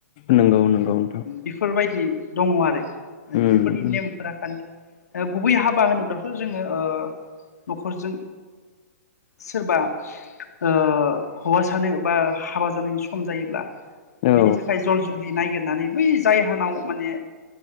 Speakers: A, on the left (about 25°); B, on the left (about 85°).
A: नंगौ नंगौ नोंथां
B: बेफोरबायदि बि दङ आरो माने
A: उम
B: बेफोरनि
A: उम
B: नेमफोरा खा गुबै हाबा होनोब्लाथ' जोङो न'खरजों सोरबा औ हौवासा बा हाबा जानायनि सम जायोबा
A: औ
B: बिनि थाखाय जल जुलि नायागिरनानै बै जायाहानाव माने